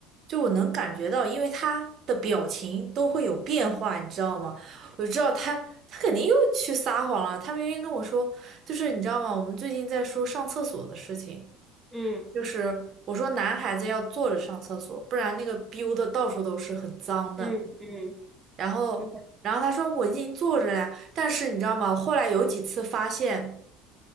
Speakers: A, on the right; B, in the centre.
A: 就我能感觉到，因为他的表情都会有变化，你知道吗？我就知道他他肯定又去撒谎了。他明明跟我说，就是你知道吗？我们最近在说上厕所的事情，
B: 嗯
A: 就是我说男孩子要坐着上厕所，不然那个 b i 的到处都是，很脏的。
B: 嗯嗯
A: 然后然后他说我已经坐着了呀，
B: 嗯
A: 但是你知道吗？后来有几次发现